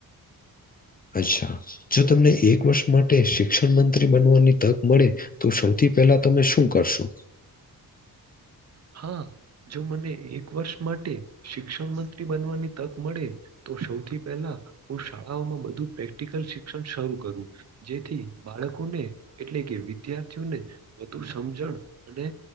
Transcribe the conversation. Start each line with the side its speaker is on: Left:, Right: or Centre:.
Left: અચ્છા જો તમને એક વર્ષ માટે શિક્ષણ મંત્રી બનવાની તક મળે તો સૌથી પહેલા તમે શું કરશો
Right: હા જો મને એક વર્ષ માટે શિક્ષણ મંત્રી બનવાની તક મળે તો સૌથી પહેલા હું શાળાઓમાં બધું પ્રેક્ટિકલ શિક્ષણ શરૂ કરું જેથી બાળકોને એટલે કે વિદ્યાર્થીઓને વધુ સમજણ અને